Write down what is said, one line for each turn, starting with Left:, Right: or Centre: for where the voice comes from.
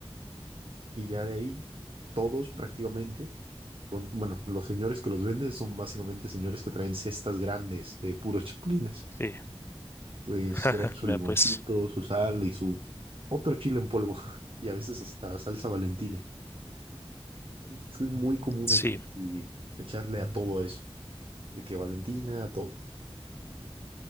Right: y ya de ahí todos prácticamente, don- bueno, los señores que los venden son básicamente señores que traen cestas grandes de puros chapulines.
Left: Sí,
Right: pues
Left: <laughs>
Right: traen su
Left: vea
Right: limoncito,
Left: pues.
Right: su sal y su otro chile en polvo <laughs> y a veces hasta salsa Valentina. Es que es muy común
Left: Sí,
Right: aquí y echarle a todo eso, de que Valentina, a todo.